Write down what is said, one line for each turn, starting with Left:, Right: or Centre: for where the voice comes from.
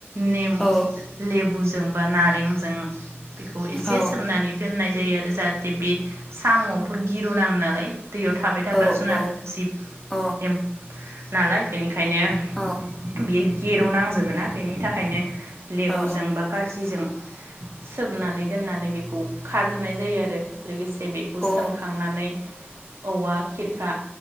Right: नेमु
Centre: औ
Right: लेबुजों जोंबा नारेंजों बेखौ एसे
Centre: औ
Right: सोमनानै दोननाय, जायो आरो जाहाथे बे साम'आवथ' गिरुनाङो नालाय, दैयाव थाबाय थाग्रा
Centre: औ
Right: जुनार
Centre: औ
Right: जिब
Centre: अ
Right: एमफ नालाय बेनिखायनो
Centre: औ औ
Right: बियो गेरुनांजोबो ना बेनि थाखायनो, लेबुजों
Centre: औ
Right: बा खारजिजों सोमनानै दोननानै बेखौ खारहोनाय जायो आरो लोगोसे ए बेखौ
Centre: औ
Right: सोमखांनानै, औवा, खिरखा,